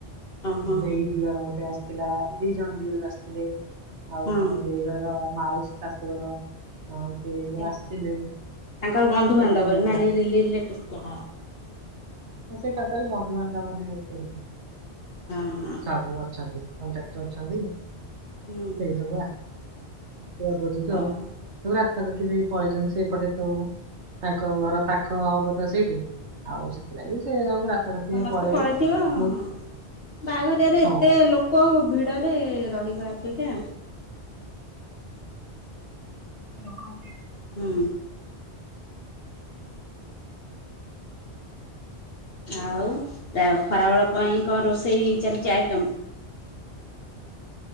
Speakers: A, on the left; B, on the right.
A: ଓହୋ
B: ଦେଇ ଦିଅର ଗୋଟେ ଆସିଥିଲା ଦି ଜଣ ଦିଅର ଆସିଥିଲେ ଆଉ
A: ହଁ
B: ତାଙ୍କ ଦି ଘର। ମାଉସୀ ଶାଶୁଘର ସିଏ ବି
A: ସେ
B: ଆସିଥିଲେ।
A: ତାଙ୍କର ବନ୍ଧୁବାନ୍ଧବ
B: କେତେ ଆଡୁ
A: ନା
B: ଆସି-
A: ରି ରିଲେଟିଭ୍ କଣ?
B: ହଁ ସେଇ ତାଙ୍କରି ବନ୍ଧୁବାନ୍ଧବ ହେବେ କେଇ।
A: ହଁ ହଁ
B: ସବୁ ଅଛନ୍ତି କଣ୍ଟାକ୍ଟ ଅଛନ୍ତି
A: ହୁଁ
B: ସେଇ ସବୁ ଆ ଭୋଜିିକୁ ଆଉ।
A: ଓହୋ
B: ସବୁ ରାତାରାତି ଯାଇ ପଳେଇଛନ୍ତି ସେପଟେ ସବୁ ତାଙ୍କ ଘର ପାଖ ହବ ତ ସେଇଠୁ। ଆଉ ସେଥିଲାଗି ସେ ସବୁ ରାତାରାତି
A: ସମସ୍ତେ
B: ସବୁ ପଳେଇଲେ
A: ପଳେଇଥିବ
B: ମୁଁ
A: ହଁ ବାହାଘରିଆରେ
B: ହଁ
A: ଏତେ ଲୋ ଲୋକ ଭିଡରେ ରହିବା ଅପେକ୍ଷା
B: ଲୋକମାନେ
A: ହୁଁ। ଆଉ ଖରାବେଳ ପାଇଁ କଣ ରୋଷେଇ ଚାଲିଛି ଆଇଟମ୍?